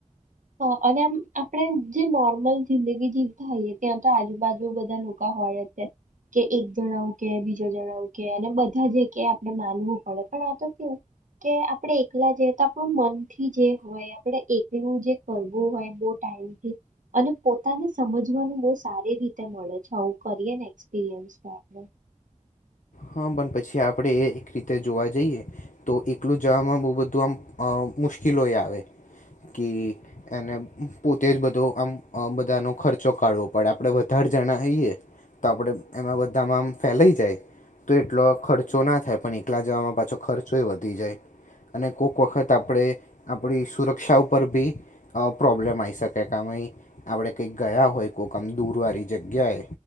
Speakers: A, on the right (about 75°); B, on the left (about 75°).
A: હા અને આમ આપણે જે નોર્મલ જિંદગી જીવતા હોઈએ ત્યાં તો આજુબાજુ બધા લોકા હોય છે કે એક જણ આવું કે બીજો જણ આવું કે અને બધા જે કે આપણે માનવું પડે પણ આ તો કેવું કે આપણે એકલા જઈએ તો આપણું મનથી જે હોય આપણે એકલું જે કરવું હોય બોવ ટાઈમથી અને પોતાને સમજવાનું બહુ સારી રીતે મળે છે આવું કરીએ ને એક્સપિરિયન્સ તો આપણે
B: હહ પન પછી આપણે એ એક રીતે જોવા જઈએ તો એકલું જવામાં બહુ બધું આમ અ મુશ્કિલોએ આવે કે એને પોતે જ બધો આમ અ બધાનો ખર્ચો કાઢવો પડે આપણે વધારે જણા હઈએ તો આપણે એમાં બધામાં આમ ફેલાઈ જાય. તો એટલો ખર્ચો ના થાય પણ એકલા જવામાં પાછો ખર્ચોય વધી જાય અને કોક વખત આપણે આપણી સુરક્ષા ઉપર ભી પ્રોબ્લેમ આઈ શકે કામય આપણે કંઈક ગયા હોય કોક આમ દૂરવાળી જગ્યાએ